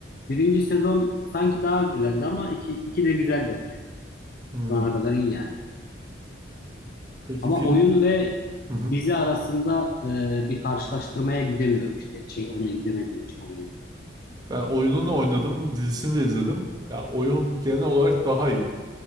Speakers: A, on the left; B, on the right.
A: Birinci sezon sanki daha güzeldi ama iki, iki de güzel bence.
B: Hı.
A: Şu ana kadar iyi yani.
B: Peki
A: Ama
B: film...
A: oyun ve
B: Hı hı.
A: dizi arasında e, bir karşılaştırmaya gidemiyorum işte. Şey onu izlemediğim için oyunu.
B: Ben oyununu oynadım, dizisini de izledim. Ya oyun genel olarak daha iyi.